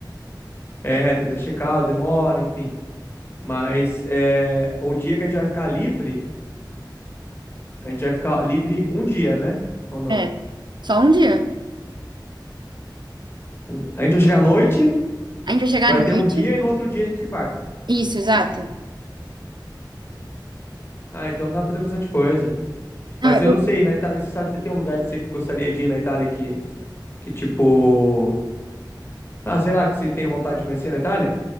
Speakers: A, on the left; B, on the right.
A: é, tem que fazer check-out, demora, enfim. Mas é, o dia que a gente vai ficar livre. A gente vai ficar livre um dia, né? Ou não?
B: É, só um dia.
A: Um- A gente vai chegar à noite,
B: A gente vai chegar
A: vai
B: à
A: ter
B: noite.
A: um dia e no outro dia a gente embarca.
B: Isso, exato.
A: Ah, então dá pra fazer bastante coisa.
B: Não,
A: Mas eu
B: eu-
A: não sei, na Itália, você sabe, tem um lugar que você gostaria de ir na Itália que, que tipo... Ah, será que você tem vontade de conhecer na Itália?